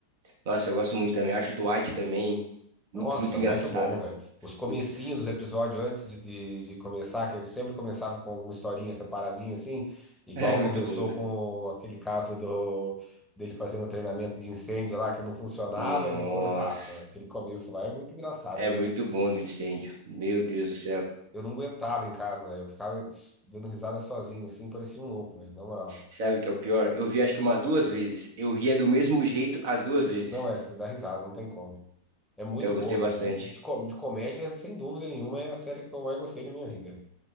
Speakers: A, on the right; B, in the centre.
A: Nossa, eu gosto muito também. Eu acho o Dwight também muito,
B: Nossa,
A: muito engraçado.
B: muito bom, velho. Os comecinhos
A: Puta. <laughs>
B: dos episódios antes de, de, de começar, que eu sempre começava com alguma historinha separadinha assim, igual
A: É muito
B: começou
A: bom, né?
B: com o- aquele caso do dele fazendo treinamento de incêndio lá que não funcionava
A: Nossa.
B: e depois, ah, aquele começo lá é muito engraçado.
A: É muito bom do incêndio. Meu Deus do céu.
B: Eu não aguentava em casa, velho. Eu ficava s- dando risada sozinho, assim, parecia um louco, velho, na moral.
A: Sabe o que é o pior? Eu vi acho que umas duas vezes. Eu ria do mesmo jeito as duas vezes.
B: Não, é, você dá risada, não tem como. É muito
A: Eu gostei
B: boa,
A: bastante.
B: cara. De, de, co- de comédia, sem dúvida nenhuma, é a série que eu mais gostei da minha vida. velho.